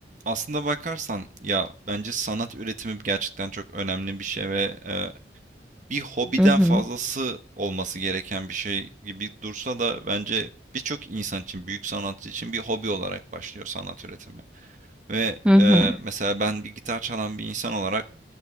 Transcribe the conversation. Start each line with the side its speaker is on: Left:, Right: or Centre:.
Right: Aslında bakarsan ya bence sanat üretimi gerçekten çok önemli bir şey ve e, bir hobiden
Centre: Hı hı.
Right: fazlası olması gereken bir şey gibi dursa da bence birçok insan için, büyük sanatçı için bir hobi olarak başlıyor sanat üretimi. Ve
Centre: Hı hı.
Right: e, mesela ben bir gitar çalan bir insan olarak